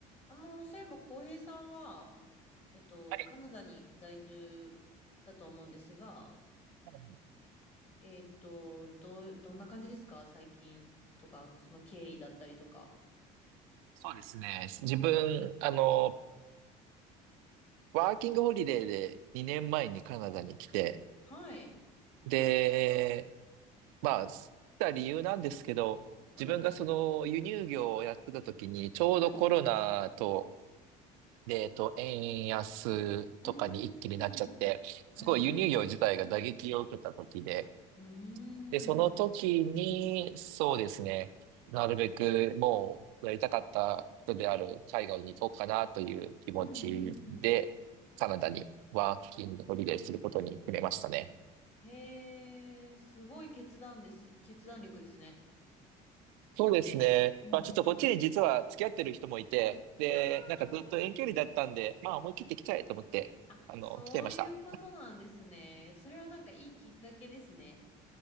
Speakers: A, on the left; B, on the right.
A: あの、そういえば、浩平さんは、えっと、
B: はい
A: カナダに在住だと思うんですが、
B: はいはい
A: えっと、ど、どんな感じですか最近とか、あの、その経緯だったりとか。
B: そうですね。自分、あの、ワーキングホリデーで2年前にカナダに来て、
A: はい。
B: で、まあ、来た理由なんですけど、
A: うん。
B: 自分がその輸入業をやってた時に、ちょうどコロナと、
A: はい。
B: で、えっと、円安とかに一気になっちゃって、
A: うーん。はいはい。
B: すごい輸入業自体が打撃を受けた時で、
A: うー
B: で、その時に、
A: ん。
B: そうですね、なるべくもうやりたかった人である海外に行こうかなという気持ちで、
A: うんうんうん。
B: カナダにワーキングホリデーすることに決めましたね。
A: へえ、すごい決断です。決断力ですね。
B: そうですね。
A: うんうんうん。
B: まあちょっとこっちに実は付き合ってる人もいて、で、
A: あ
B: なんかずっと遠距離だったんで、まあ思い切って来ちゃえと思って、
A: あ、あ、
B: あの、
A: そういうことなんですね。
B: 来ちゃいました。
A: それはなんかいいきっかけですね。